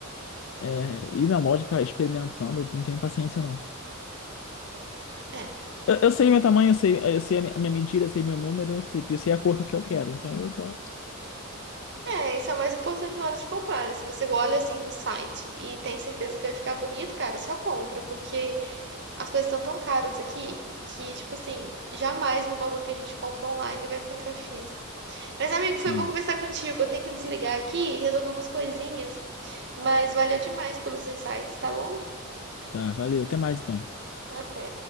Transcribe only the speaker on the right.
É,
é, isso é o mais importante na hora de comprar, né? Se você olha assim no site e tem certeza que vai ficar bonito, cara, só compra, porque as coisas estão tão caras aqui que, tipo assim, jamais no valor que a gente compra online vai encontrar físico. Mas, amigo, foi
bom conversar contigo. Eu tenho que desligar aqui e resolver umas coisinhas. Mas valeu demais pelos insights, tá bom?
Até.